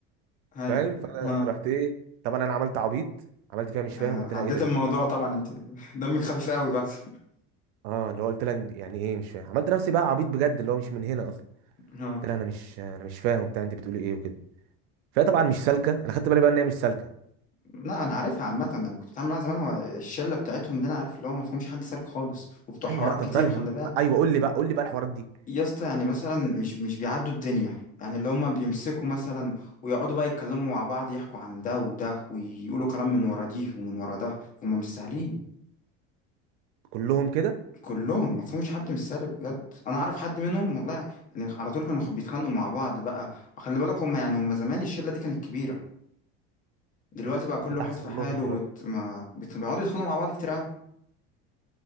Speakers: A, on the left; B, on the right.
A: ايوه
B: فاهم فانا
A: اه
B: رحت ايه طبعا انا عملت عبيط عملت فيها مش فاهم
A: آه،
B: قلت لها
A: عديت
B: ايه ده انت
A: الموضوع
B: ايه
A: طبعا انت دمك خفيف قوي بس
B: اه اللي هو قلت لها يعني ايه مش فاهم عملت نفسي بقى عبيط بجد اللي هو مش من هنا اصلا
A: اه
B: قلت لها انا مش انا مش فاهم بتاع انت بتقولي ايه وكده فهي طبعا مش سالكه انا خدت بالي بقى ان هي مش سالكه
A: لا انا عارفها عامه يعني كنت بتعامل معاها زمان هو الشله بتاعتهم دي انا عارف اللي هو ما فيهمش حد سالك خالص وبتوع
B: ايوه
A: حوارات
B: لا طب
A: كتير
B: مالهم
A: خلي بالك
B: ما- ايوه قول لي بقى قول لي بقى الحوارات دي
A: يا اسطى يعني مثلا مش مش بيعدوا الدنيا يعني اللي هما بيمسكوا مثلا ويقعدوا بقى يتكلموا مع بعض يحكوا عن ده وده ويقولوا كلام من ورا دي ومن ورا ده هما مش سهلين
B: كلهم كده
A: كلهم ما فيهمش حد مش سالك بجد انا اعرف حد منهم والله يعني على طول كانوا بيتخانقوا مع بعض بقى خلي بالك هما يعني هما زمان الشلة دي كانت كبيرة دلوقتي بقى
B: وايه
A: كل
B: اللي
A: واحد
B: حصل
A: في حاله
B: لهم دلوقتي
A: وت... ما بت- بيقعدوا يتخانقوا مع بعض كتير قوي